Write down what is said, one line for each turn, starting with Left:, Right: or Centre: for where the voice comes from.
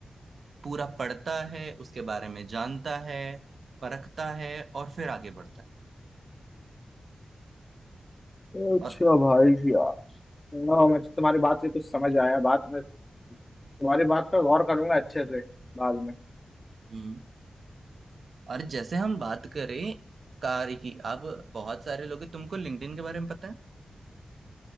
Right: पूरा पढ़ता है उसके बारे में जानता है परखता है और फिर आगे बढ़ता
Left: अच्छा
Right: है और
Left: भाई यार हाँ, मैं तो तुम्हारी बात से कुछ समझ आया बात मैं तुम्हारी बात पर गौर करूंगा अच्छे से बाद में
Right: हम्म, और जैसे हम बात करें कार्य की अब बहुत सारे लोग हैं तुमको लिंक्डइन के बारे में पता है